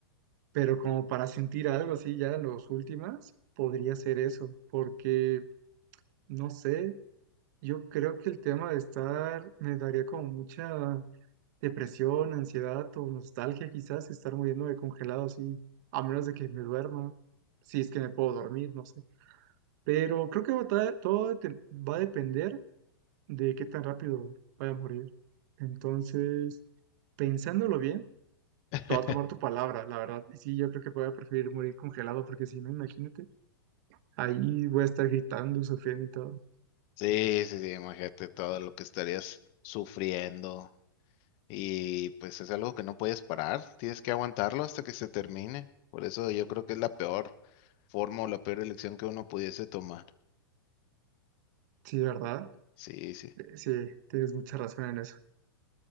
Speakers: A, on the right; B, on the left.
A: pero como para sentir algo así ya en los últimas, podría ser eso, porque no sé, yo creo que el tema de estar me daría como mucha depresión, ansiedad o nostalgia quizás, estar muriendo de congelado así, a menos de que me duerma, si es que me puedo dormir, no sé. Pero creo que va a ta- todo te- va a depender de qué tan rápido vaya a morir. Entonces, pensándolo bien,
B: <laughs>
A: te voy a tomar tu palabra, la verdad. Y sí, yo creo que voy a preferir morir congelado, porque si no, imagínate, ahí voy a estar gritando, sufriendo y todo.
B: Sí, sí, sí, imagínate todo lo que estarías sufriendo. Y pues es algo que no puedes parar, tienes que aguantarlo hasta que se termine. Por eso yo creo que es la peor forma o la peor elección que uno pudiese tomar.
A: Sí, ¿verdad?
B: Sí, sí,
A: Eh, Sí, tienes mucha razón en eso.